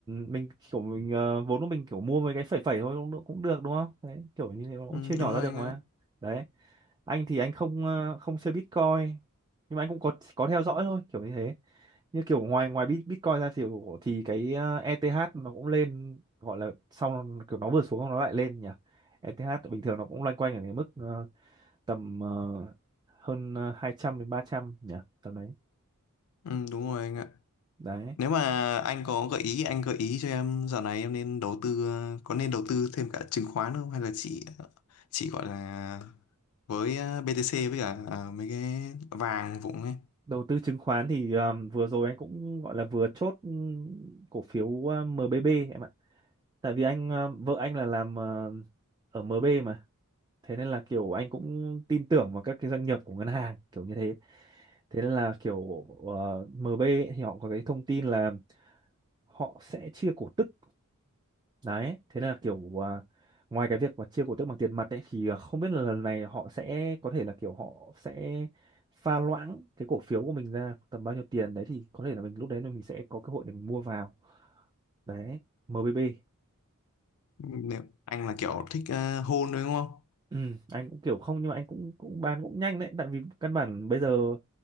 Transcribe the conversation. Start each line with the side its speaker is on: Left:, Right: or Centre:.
Right: mình kiểu mình ờ, vốn của mình kiểu mua mấy cái phẩy phẩy thôi cũng cũng được đúng không đấy kiểu như thế nó cũng
Left: Ừ,
Right: chia nhỏ
Left: đúng rồi
Right: ra được
Left: anh
Right: mà
Left: ạ.
Right: đấy anh thì anh không ờ, không chơi Bitcoin nhưng mà anh cũng có có theo dõi thôi kiểu như thế như kiểu ngoài ngoài Bit- Bitcoin ra thì thì cái ờ, ETH nó cũng lên gọi là sau kiểu nó vừa xuống nó lại lên nhỉ ETH bình thường nó cũng loanh quanh ở cái mức ờ, tầm ờ, hơn ờ, 200 đến 300 nhỉ tầm đấy
Left: Ừ, đúng rồi anh ạ.
Right: đấy
Left: Nếu mà anh có gợi ý, anh gợi ý cho em dạo này em nên đầu tư, ờ, có nên đầu tư thêm cả chứng khoán không? Hay là chỉ ờ, chỉ gọi là với ờ, BTC với cả ờ, mấy cái vàng vụng ấy.
Right: đầu tư chứng khoán thì um, vừa rồi anh cũng gọi là vừa chốt um, cổ phiếu uh, MBB em ạ tại vì anh um, vợ anh là làm uh, ở MB mà thế nên là kiểu anh cũng tin tưởng vào các cái doanh nghiệp của ngân hàng kiểu như thế thế nên là kiểu uh, MB ấy thì họ có cái thông tin là họ sẽ chia cổ tức Đấy, thế là kiểu à, ngoài cái việc mà chia cổ tức bằng tiền mặt ấy thì à, không biết là lần này họ sẽ có thể là kiểu họ sẽ pha loãng cái cổ phiếu của mình ra tầm bao nhiêu tiền đấy thì có thể là mình lúc đấy là mình sẽ có cơ hội để mình mua vào. Đấy, MBB.
Left: Nếu anh là kiểu thích uh, hôn đúng không?
Right: Ừ, anh cũng kiểu không nhưng mà anh cũng cũng bán cũng nhanh đấy tại vì căn bản bây giờ